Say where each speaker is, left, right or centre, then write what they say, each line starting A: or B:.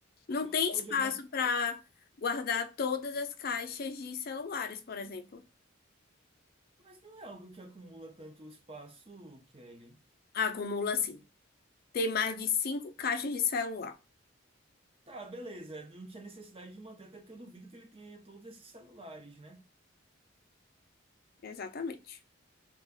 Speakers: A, on the left; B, on the right.
A: Não
B: Mas,
A: tem espaço para guardar todas as caixas de celulares, por exemplo.
B: Mas não é algo que acumula tanto espaço, Kelly.
A: Acumula sim Tem mais de cinco caixas de celular.
B: Tá, beleza. Não tinha necessidade de manter, até porque eu duvido que ele tenha todos esses celulares, né?
A: Exatamente.